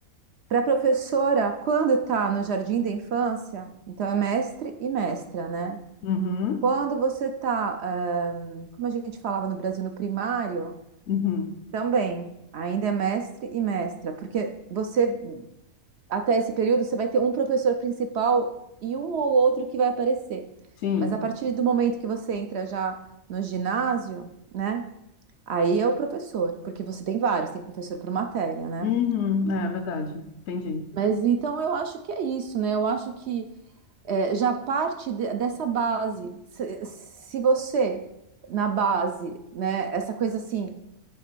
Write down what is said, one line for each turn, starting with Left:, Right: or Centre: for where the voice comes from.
Right: Para a professora, quando está no jardim da infância, então é mestre e mestra, né?
Left: Uhum,
Right: Quando você está, hum, como a gente falava no Brasil, no primário,
Left: uhum,
Right: também ainda é mestre e mestra, porque você, até esse período, você vai ter um professor principal e um ou outro que vai aparecer.
Left: sim.
Right: Mas a partir do momento que você entra já no ginásio, né? Aí é o professor, porque você tem vários, tem professor por matéria, né?
Left: Uhum, é verdade. Entendi.
Right: Mas então eu acho que é isso, né? Eu acho que é, já parte de- dessa base. Se, se você, na base, né, essa coisa assim,